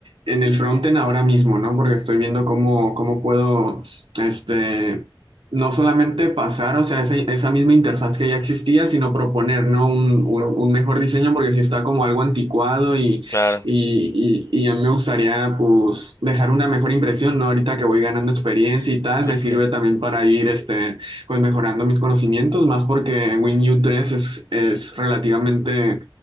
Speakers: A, on the right; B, on the left.
A: en el frontend ahora mismo, ¿no? Porque estoy viendo cómo, cómo puedo, este, no solamente pasar, o sea, esa, esa misma interfaz que ya existía, sino proponer, ¿no? Un, un, un mejor diseño porque sí está como algo anticuado
B: Claro,
A: y, y, y a mí me gustaría pues dejar una mejor impresión, ¿no? Ahorita que voy ganando experiencia y tal,
B: sí,
A: me
B: sí,
A: sirve
B: sí.
A: también para ir este, pues mejorando mis conocimientos, más porque WinU tres es, es relativamente